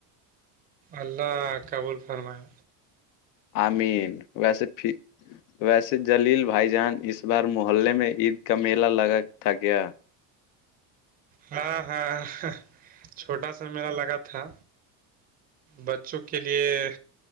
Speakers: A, on the right (about 20°); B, on the left (about 55°).
A: اللہ قبل فرمائے
B: آمین ویسے پھر ویسے جلیل بھائی جان اس بار محللے میں عید کا میلہ لگا تھا گیا
A: ہاں ہاں چھوٹا سا میلہ لگا تھا بچوں کے لیے